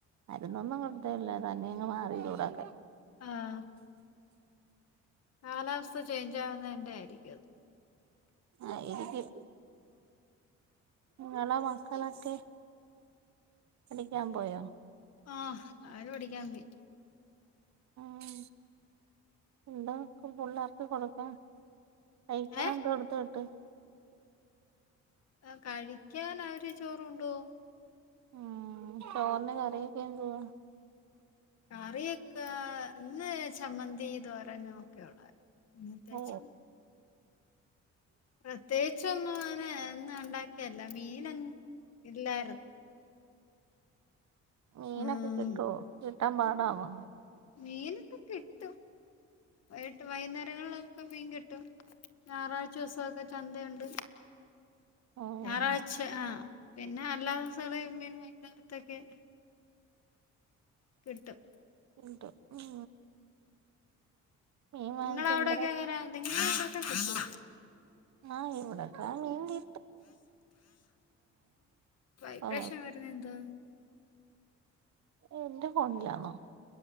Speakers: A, on the right; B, on the left.
A: മരുന്നൊന്നും കൊടുത്തില്ല തന്നെയങ്ങ് മാറി ചൂടൊക്കെ
B: ആഹ കാലാവസ്ഥ ചേഞ്ച് ആവുന്നതിന്റെ ആയിരിക്കും അത്
A: ആയിരിക്കും നിങ്ങളെ മക്കളൊക്കെ പഠിക്കാൻ പോയോ
B: ആഹ അവര് പഠിക്കാൻ പോയി
A: ഉം എന്താകും പുള്ളാർക്ക് കൊടുക്കാ കഴിക്കന്
B: ഏഹ്
A: എന്ത്‌ കൊടുത്ത് വിട്ട്
B: ആഹ കഴിക്കാന് അവര് ചോറുകൊണ്ടോവും
A: ഉം ചോറിന് കറിയൊക്കെ എന്തുവാ
B: കറിയൊക്കെ ഇന്ന് ചമ്മന്തി തോരനും ഒക്കെയൊള്ളായിരുന്ന് ഇന്നത്തെ
A: ഓ
B: ചോറ് പ്രത്യേയിച്ചൊന്നും അങ്ങനെ എന്നും ഉണ്ടാക്കിയല്ല മീനൊ ഇല്ലായിര്ന്
A: മീനൊക്കെ
B: ഉം
A: കിട്ടൊ കിട്ടാൻ പാടാന്നോ
B: മീനൊക്കെ കിട്ടും വൈട്ട് വൈകുന്നേരങ്ങളിലൊക്കെ മീൻ കിട്ടും ഞായറാഴ്ചസൊക്കെ ചന്തയുണ്ട്
A: ഉം
B: ഞായറാഴ്ച ആഹ് പിന്നെ എല്ലാ ദിവസകങ്ങളിൽ മീൻ വൈകുന്നേരത്തൊക്കെ കിട്ടും
A: കിട്ടോ ഉം മീൻ വാങ്ങിച്ച്
B: ഇങ്ങളെ അവിടൊക്കെ
A: എന്തര്
B: എങ്ങനെ നിങ്ങളവിടൊക്കെ കിട്ടോ
A: ആഹ് ഇവിടെക്കാ മീൻതി
B: വൈബ്രേഷൻ
A: ആ
B: വരുന്ന എന്ത്വാ
A: എന്റെ ഫോണിലാന്നോ